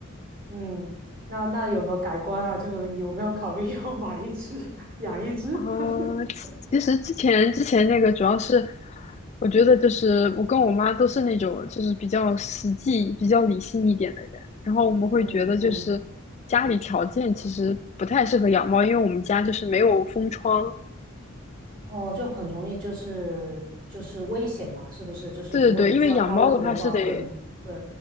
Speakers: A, on the right; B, on the left.
A: 嗯。那那有没有改观啊？就有没有考虑要买一只，<laughs> 养一只？
B: 呃，
A: <laughs>
B: 其其实之前之前那个主要是，我觉得就是我跟我妈都是那种就是比较实际、比较理性一点的人，然后我们会觉得就是家里条件其实不太适合养猫，
A: 嗯嗯
B: 因为我们家就是没有封窗。
A: 哦，就很容易就是就是危险吧，是不是？就是如果你住在高楼的话更，
B: 对对对，因为养猫的话是得
A: 对